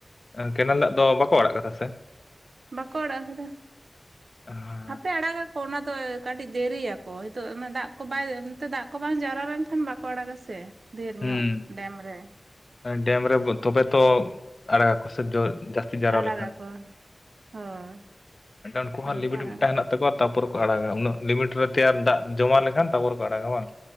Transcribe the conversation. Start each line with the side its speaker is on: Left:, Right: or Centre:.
Left: ᱠᱮᱱᱮᱞ ᱫᱟᱜ ᱫᱚ ᱵᱟᱠᱚ ᱟᱲᱟᱜ ᱠᱟᱫᱟ ᱥᱮ᱾
Right: ᱵᱟᱠᱚ ᱟᱲᱟᱜ ᱟᱠᱟᱫᱟ᱾
Left: ᱚ
Right: ᱦᱟᱯᱮ ᱟᱲᱟᱜᱟᱠᱚ ᱚᱱᱟ ᱫᱚ ᱠᱟᱹᱴᱤᱡ ᱫᱮᱨᱤᱭᱟᱠᱚ ᱱᱤᱛᱚᱜ ᱫᱟᱜ ᱠᱚ ᱵᱟᱭ ᱱᱛᱮ ᱫᱟᱜ ᱠᱚ ᱵᱟᱝ ᱡᱟᱨᱭᱟ ᱞᱮᱱᱠᱷᱟᱱ ᱵᱟᱝ ᱠᱚ ᱟᱲᱟᱜᱼᱟ ᱥᱮ᱾ ᱰᱷᱮᱨ
Left: ᱦᱩᱸ,
Right: ᱧᱚᱜ ᱰᱮᱢ ᱨᱮ
Left: ᱰᱮᱢ ᱨᱮ ᱛᱚᱵᱮ ᱛᱚ ᱟᱲᱟᱜ ᱜᱟᱠ ᱡᱚ ᱡᱟᱹᱥᱛᱤ ᱡᱟᱣᱨᱟ
Right: ᱟᱲᱟᱜᱟᱠᱚ
Left: ᱞᱮᱠᱷᱟᱱ᱾
Right: ᱦᱳᱭ
Left: ᱩᱱᱠᱩ
Right: ᱛᱚᱵᱮ
Left: ᱦᱚᱸ ᱞᱤᱵᱤᱴ
Right: ᱠᱚ ᱟᱲᱟᱜᱟ
Left: ᱢᱤᱫᱴᱟᱝ ᱦᱮ <unintelligible> <unintelligible> ᱛᱟᱯᱚᱨ ᱠᱚ ᱟᱲᱟᱜᱟ ᱩᱱᱟᱹᱜ ᱞᱤᱢᱤᱴ ᱨᱮ ᱛᱮᱭᱟᱨ ᱫᱟᱜ ᱡᱚᱢᱟ ᱞᱮᱠᱷᱟᱱ ᱛᱟᱯᱚᱨ ᱠᱚ ᱟᱲᱟᱜᱟ ᱵᱟᱝ᱾